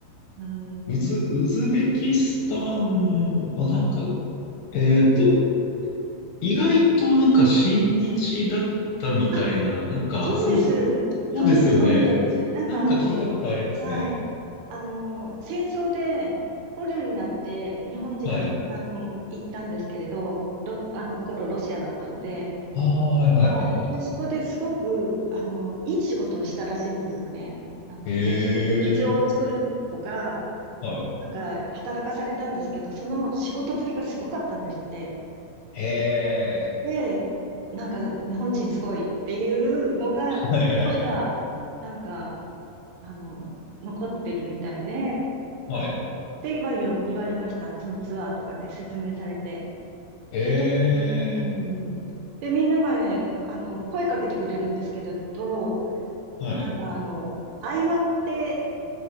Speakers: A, on the right (about 80°); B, on the left (about 75°).
A: うん
B: ウズ、ウズベキスタンはなんか、えっと、意外となんか親日だったみたいな、
A: あ
B: なんか、
A: そうです。
B: そう、そうですよね。
A: そうみ、そうみたいです。なんかあの、
B: なんか聞いたことありますね。
A: はい。あの、戦争で捕虜になって日本人がたくさん行ったんですけれど、
B: はい。
A: ロあの頃ロシアだったので、
B: ああ、はいはいはいはい。
A: はい。で、そこですごく、あの、いい仕事をしたらしいんですよね。なんか劇、
B: へ
A: 劇場を作るとか、
B: え、はい。
A: なんか働かされたんですけど、その仕事ぶりがすごかったんですって。
B: へえ、
A: で、なんか日本人すごいっていうのが、
B: はいはいはい。
A: まだ、なんか、あの、残ってるみたいで、
B: はい。
A: って言わ言言われました。そのツアーとかで説明されて。
B: ええ、
A: で、た、うーん。で、みんながね、あの、声かけてくれるんですけれど、
B: はい。
A: なんかあの、相葉って